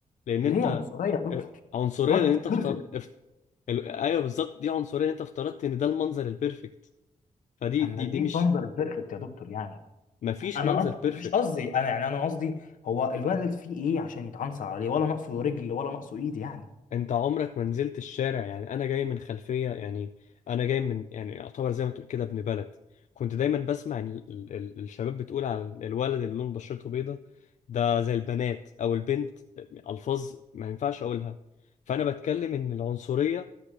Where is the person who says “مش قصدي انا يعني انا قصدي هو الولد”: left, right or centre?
Left